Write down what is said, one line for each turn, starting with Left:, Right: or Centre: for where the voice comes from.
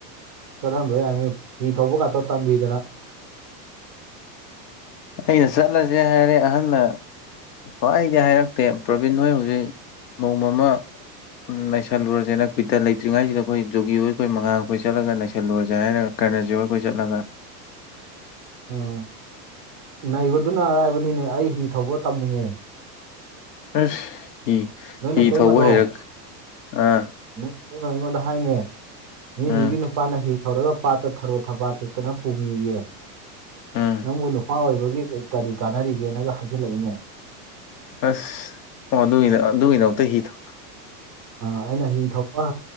Right: ꯆꯠꯍꯟꯕ ꯌꯥꯏꯃꯤ ꯐꯤ ꯊꯧꯕ ꯈꯇ ꯇꯝꯕꯤꯗꯅ
Left: ꯑꯩꯅ ꯆꯠꯂꯁꯦ ꯍꯥꯏꯔꯦ ꯑꯍꯜꯗ ꯁ꯭ꯋꯥꯏꯗꯤ ꯍꯥꯏꯔꯛꯇꯦ ꯄ꯭ꯔꯕꯤꯟ ꯍꯣꯏ ꯍꯧꯖꯤꯛ ꯅꯣꯡꯃꯃ ꯎꯝ ꯅ ꯂꯩꯁꯜꯂꯨꯔꯁꯦ ꯅꯈꯨꯏꯗ ꯂꯩꯇ꯭ꯔꯤꯉꯩꯁꯤꯗ ꯑꯩꯈꯣꯏ ꯖꯒꯤ ꯍ ꯑꯩꯈꯣꯏꯉꯥ ꯑꯩꯈꯣꯏ ꯆꯠꯂꯒ ꯂꯩꯁꯜꯂꯨꯔꯁꯦ ꯍꯥꯏꯔꯒ ꯀꯥꯏꯅꯁꯤꯕ ꯑꯩꯈꯣꯏ ꯆꯠꯂꯒ
Right: ꯎꯝ ꯅꯩꯕꯗꯨꯅ ꯑꯔꯥꯏꯕꯅꯤꯅꯦ ꯑꯩ ꯍꯤ ꯊꯧꯕ ꯇꯝꯅꯤꯡꯉꯦ
Left: ꯑꯁ ꯍꯤ
Right: ꯅꯣꯏ
Left: ꯍꯤ
Right: ꯅꯇꯩꯃꯗꯣ
Left: ꯊꯧꯕ ꯍꯩꯔꯛ ꯑꯥ
Right: ꯂꯩꯕꯅ ꯑꯩꯉꯣꯟꯗ ꯍꯥꯏꯃꯦ ꯃꯤ
Left: ꯎꯝ
Right: ꯃꯤꯒꯤ ꯅꯨꯄꯥ ꯄꯥꯅ ꯍꯤ ꯊꯧꯔꯒ ꯄꯥꯠꯇ ꯊꯔꯣ ꯊꯕꯥꯠ ꯍꯦꯛꯇꯅ ꯄꯨꯕꯤꯌꯦ
Left: ꯎꯝ
Right: ꯅꯪꯕꯨ ꯅꯨꯄꯥ ꯑꯣꯏꯕꯒꯤ ꯀꯔꯤ ꯀꯥꯟꯅꯔꯤꯒꯦꯅꯒ ꯍꯥꯏꯖꯤꯜꯂꯛꯏꯅꯦ
Left: ꯑꯁ ꯑꯣ ꯑꯗꯨꯒꯤꯗ ꯑꯗꯨꯒꯤꯗ ꯑꯨꯛꯇ ꯍꯤ ꯊ
Right: ꯑ ꯑꯩꯅ ꯍꯤ ꯊꯣꯛꯄ